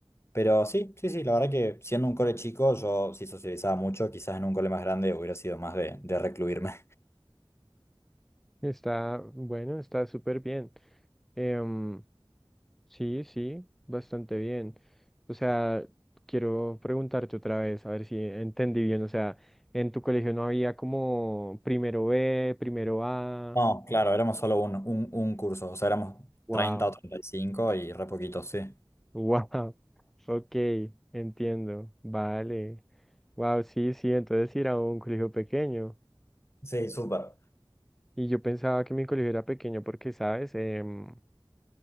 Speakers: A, on the left; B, in the centre.
A: pero sí, sí, sí, la verdad que siendo un cole chico, yo sí socializaba mucho, quizás en un cole más grande hubiera sido más de, de recluirme.
B: Está, bueno, está súper bien. Em, Sí, sí, bastante bien. O sea, quiero preguntarte otra vez, a ver si entendí bien. O sea, en tu colegio no había como primero B, primero A.
A: No,
B: ¿no?
A: claro, éramos solo un, un, un curso, o sea, éramos
B: Wow,
A: 30 o 35 y cinco y re poquitos, sí.
B: wow. <laughs> Ok, entiendo. Vale. Wow, sí, sí, entonces sí era un colegio pequeño.
A: Sí, súper.
B: Y yo pensaba que mi colegio era pequeño porque, ¿sabes? Em,